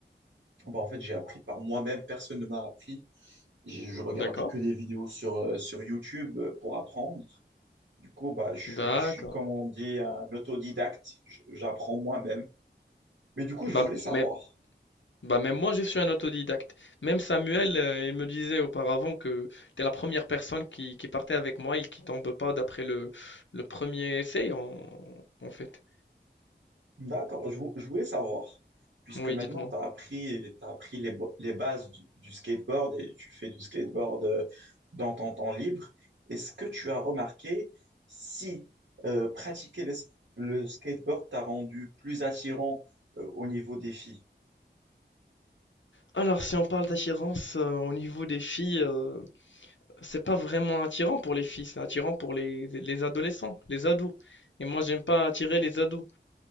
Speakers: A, on the right; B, on the left.
A: bah, en fait, j'ai appris par moi-même, personne ne m'a appris. Je, je regardais
B: D'accord,
A: que des vidéos sur, euh, sur YouTube euh, pour apprendre. Du coup, bah, je suis,
B: d'accord.
A: je suis, comme on dit, un autodidacte. J- J'apprends moi-même. Mais du coup, je
B: Bah,
A: voulais
B: m
A: savoir.
B: Bah même moi je suis un autodidacte. Même Samuel, euh, il me disait auparavant que tu es la première personne qui, qui partait avec moi et qui tombe pas d'après le, le premier essai en, en fait.
A: D'accord, je, vou- je voulais savoir. Puisque
B: Oui,
A: maintenant,
B: dites-moi.
A: tu as appris, t'as appris les, bo- les bases du, du skateboard et tu fais du skateboard euh, dans ton temps libre. Est-ce que tu as remarqué si euh, pratiquer le, s- le skateboard t'a rendu plus attirant euh, au niveau des filles?
B: Alors si on parle d'attirance euh, au niveau des filles, euh, c'est pas vraiment attirant pour les filles, c'est attirant pour les, les adolescents, les ados. Et moi j'aime pas attirer les ados.